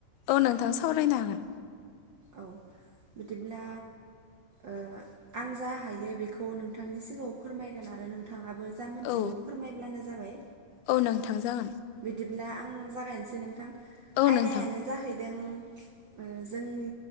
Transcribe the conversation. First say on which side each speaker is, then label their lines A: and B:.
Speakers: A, on the left; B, on the right.
A: औ, नोंथाङा सावरायनो हागोन।
B: औ बिदिब्ला ओ आं जा हायो बेखौ नोंथांनि सिगाङाव फोरमायगोन आरो नोंथाङाबो जा मोनथिगौ
A: औ
B: फोरमायब्लानो जाबाय।
A: औ नोंथां जागोन
B: बिदिब्ला आं जागायनोसै नोंथां
A: औ
B: आयदायानो
A: नोंथां
B: जाहैदों ओ जोंनि